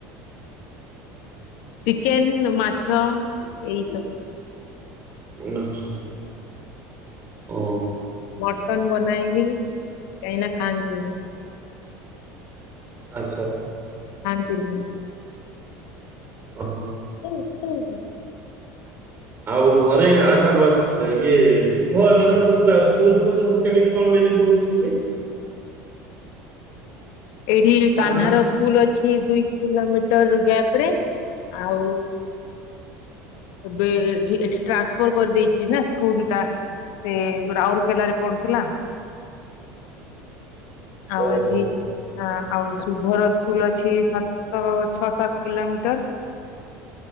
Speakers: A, on the left; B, on the right.
A: ଚିକେନ ମାଛ ଏଇ ସବୁ।
B: ଉଁ ଆଛା ଓଉ
A: ମଟନ ବନାଏନି କାହିଁକି ନା ଖାଆନ୍ତିନି।
B: ଆଛା ଆଛା।
A: <unintelligible>
B: ଓହୋ।
A: <unintelligible>
B: ଆଉ ଘରେ ଆଛା ଇଏ ଶୁଭ ଏଙ୍କର କେ ସ୍କୁଲ ଫଲ ସବୁ କୁ କେମିତି କଣ ମ୍ୟାନେଜ ହୋଉଚି ସେଠି?
A: ଏଇଠି
B: କାହ୍ନା
A: କାହ୍ନାର ସ୍କୁଲ ଅଛି। ଦୁଇ କିଲୋମିଟର ଗ୍ୟାପ ରେ ଆଉ ଏବେଠି ଏଠି ଟ୍ରାନ୍ସଫର କରିଦେଇଚି ନା ସ୍କୁଲ ଟା। ସେ ରାଉରକେଲାରେ ପଢୁଥିଲା। ଆଉ
B: ଓହୋ
A: ଏଠି ହଁ ଆଉ ଶୁଭର ସ୍କୁଲ ଅଛି ସାତ ଛଅ ସାତ କିଲୋମିଟର
B: ହ